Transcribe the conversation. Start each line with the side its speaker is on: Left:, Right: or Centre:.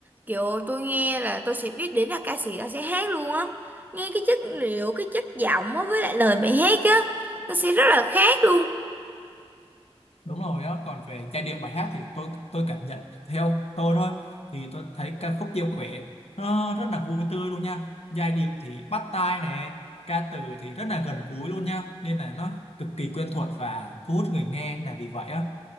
Right: kiểu tôi nghe là tôi sẽ biết đến là ca sĩ đó sẽ hát luôn á nghe cái chất liệu cái chất giọng á với lại lời bài hát á nó sẽ rất là khác luôn
Left: đúng rồi đó còn về giai điệu bài hát thì tôi tôi cảm nhận theo tôi thôi thì tôi thấy ca khúc Diêu Quẻ nó rất là vui tươi luôn nha giai điệu thì bắt tai nè ca từ thì rất là gần gũi luôn nha nên là nó cực kỳ quen thuộc và thu hút người nghe là vì vậy á